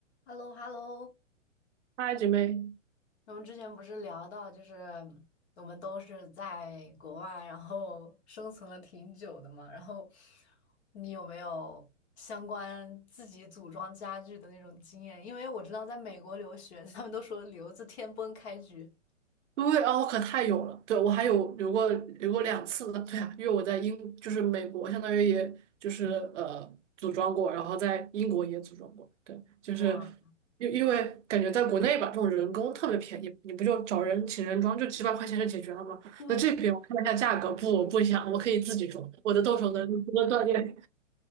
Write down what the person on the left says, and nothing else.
h e l l o h e l l o
我们之前不是聊到，就是我们都是在国外，然后生存了挺久的嘛。然后你有没有相关自己组装家具的那种经验？因为我知道在美国留学，他们都说留子天崩开局。
哇，
对，